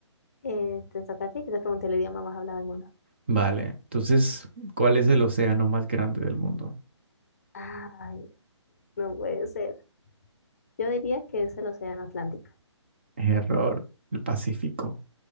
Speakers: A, on the left; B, on the right.
A: Eh, te toca a ti, yo te pregunté el idioma más hablado del mundo.
B: Vale, entonces, ¿cuál es el océano más grande del mundo?
A: Ay, no puede ser. Yo diría que es el Océano Atlántico.
B: Error, el Pacífico.